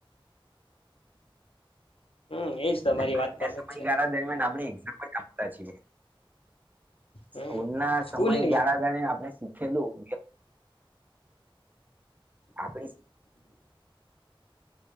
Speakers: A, on the left (about 80°); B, on the right (about 20°).
A: હમ એજ તમારી
B: અને આજના
A: વાત પરફેક્ટ
B: સમયગાળા
A: છે.
B: દરમિયાન આપણે એક્ઝામ આપતા જીને.
A: હમ
B: સ્કૂલના
A: સ્કૂલની
B: સમય ગાણા દરમિયાન આપણે શીખેલું આપ